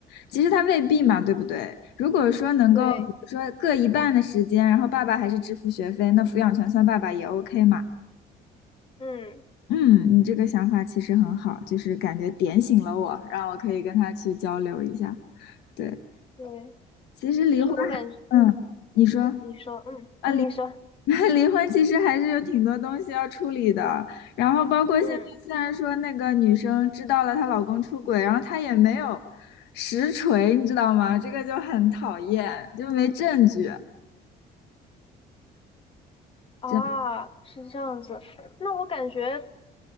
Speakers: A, on the left; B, on the left.
A: 其实他未必嘛，对不对？如果说能够，
B: 对，
A: 比如说各一半的时间，然后爸爸还是支付学费，那抚养权算爸爸也 OK 嘛。
B: 嗯，
A: 嗯，你这个想法其实很好，就是感觉点醒了我，让我可以跟他去交流一下。对，
B: 对，
A: 其实离婚还，
B: 就是我感觉，
A: 嗯，
B: 嗯
A: 你说
B: 嗯，你说，嗯，
A: 啊，
B: 啊，
A: 离
B: 你说，
A: <laughs> 离婚其实还是有挺多东西要处理的。然后包括现在，
B: 嗯，
A: 虽然说那个女生知道了她老公出轨，然后她也没有实锤，你知道吗？这个就很讨厌，就没证据。
B: 啊，
A: 这样，
B: 是这样子，那我感觉。